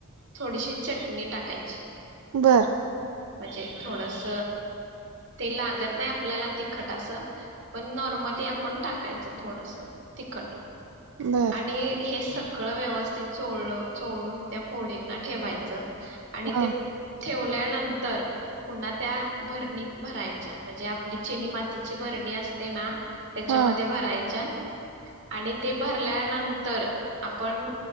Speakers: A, on the right (about 55°); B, on the right (about 90°).
A: थोडीशी चटणी टाकायची.
B: बरं.
A: म्हणजे थोडस ते लागत नाही आपल्याला तिखट असं, पण नॉर्मली आपण टाकायचं थोडस तिखट.
B: बर
A: आणि हे सग सगळं व्यवस्थित चोळल चोळून त्या फोडीना ठेवायचं. आणि
B: हा
A: ते ठेवल्या नं तर पुन्हा त्या भरणीत भरायच्या. म्हणजे आपली चिनी मातीची भरणी असते ना त्याच्यामध्ये
B: हा
A: भरायच्या. आणि ते भरल्यानंतर आपण